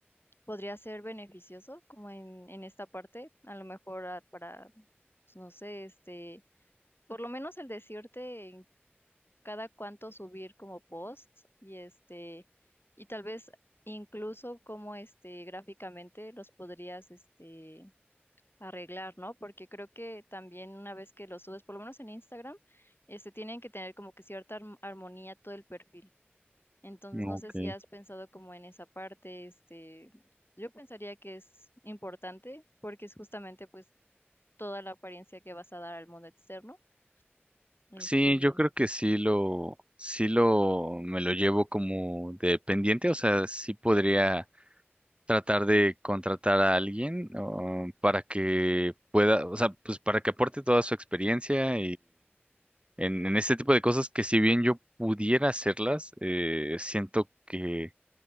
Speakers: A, on the left; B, on the right.
A: podría ser beneficioso como en, en esta parte, a lo mejor ah, para, pues, no sé, este, por lo menos el decirte cada cuánto subir como posts y este, y tal vez incluso como este gráficamente los podrías este arreglar, ¿no? Porque creo que también una vez que los subes, por lo menos en Instagram, este tienen que tener como que cierta arm- armonía todo el perfil. Entonces no
B: Ok.
A: sé si has pensado como en esa parte, este, yo pensaría que es importante porque es justamente pues toda la apariencia que vas a dar al mundo externo. Este,
B: Sí, yo creo que sí lo, sí lo, me lo llevo como de pendiente, o sea, sí podría tratar de contratar a alguien, ah, para que pueda, o sea, pues para que aporte toda su experiencia En, en este tipo de cosas que si bien yo pudiera hacerlas, eh, siento que